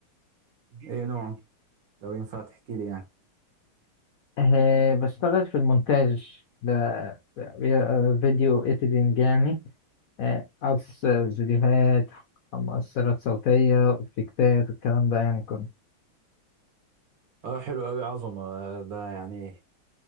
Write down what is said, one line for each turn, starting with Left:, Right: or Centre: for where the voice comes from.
Right: ايه نوع؟ لو ينفع تحكي لي يعني
Left: أه بشتغل في المونتاج ده آه، فيديو اديتنج يعني آه، قص فيديوهات مؤثرات صوتية افكتات الكلام ده يعني كله
Right: اه حلو قوي عظمة آه، ده يعني